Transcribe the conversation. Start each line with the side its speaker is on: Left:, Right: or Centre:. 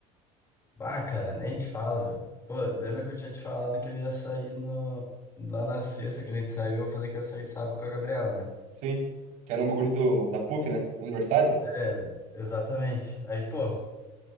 Left: Bah, cara, nem te falo, mano. Pô, lembra que eu tinha te falado que eu ia sair no, lá na sexta que a gente saiu? Eu falei que ia sair sábado com a Gabriela, né?
Right: Sim. Que era um bagulho do, da PUC, né? Aniversário.
Left: É, exatamente. Aí, pô,